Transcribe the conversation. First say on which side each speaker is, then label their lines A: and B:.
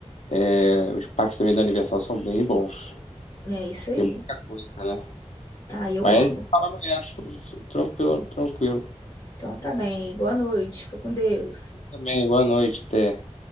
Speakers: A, on the left (about 75°); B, on the left (about 30°).
A: é, os parques também da Universal são bem bons.
B: É isso aí.
A: Tem muita coisa, né?
B: Ah, eu
A: Mas
B: amo.
A: fala amanhã, acho que- tranquilo, tranquilo.
B: Então tá bem, boa noite, fica com Deus.
A: Também, boa noite, até.